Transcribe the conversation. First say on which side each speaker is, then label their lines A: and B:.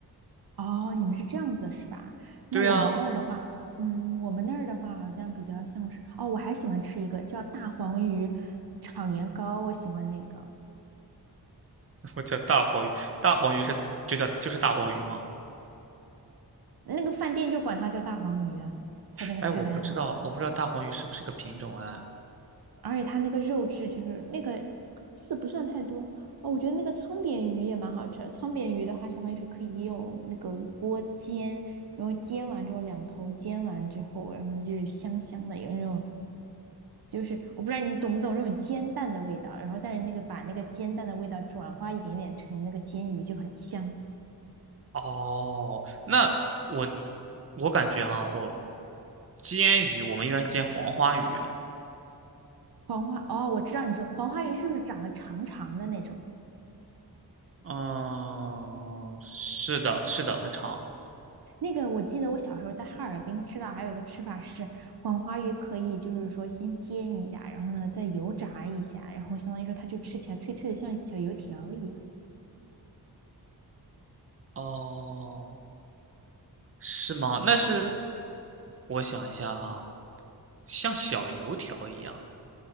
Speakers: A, on the right (about 65°); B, on the right (about 35°).
A: 哦，你们是这样子是吧？那我们那儿的话，
B: 对啊，
A: 嗯，我们那儿的话好像比较像是，哦，我还喜欢吃一个叫大黄鱼炒年糕，我喜欢那个，
B: <laughs> 我叫大黄鱼，大黄鱼是就叫就是大黄鱼吗？
A: 那个饭店就管它叫大黄鱼啊，它那个菜单上啊。
B: 哎，我不知道，我不知道大黄鱼是不是个品种哎。
A: 而且它那个肉质就是那个刺不算太多哦，我觉得那个沧扁鱼也蛮好吃的。鲳扁鱼的话，相当于说可以用那个锅煎，然后煎完之后两头煎完之后，然后它就是香香的，有那种就是我不知道你懂不懂那种煎蛋的味道，然后但是那个把那个煎蛋的味道转化一点点成那个煎鱼就很香。
B: 哦，那我我感觉哈，我煎鱼我们一般煎黄花鱼，
A: 黄花哦，我知道你说黄花鱼是不是长得长长的那种？
B: 嗯，是的，是的，很长。
A: 那个我记得我小时候在哈尔滨吃到还有一个吃法是黄花鱼，可以就是说先煎一下，然后呢再油炸一下，然后相当于说它就吃起来脆脆的，像小油条一样。
B: 哦，是吗？那是我想一下哈，像小油条一样。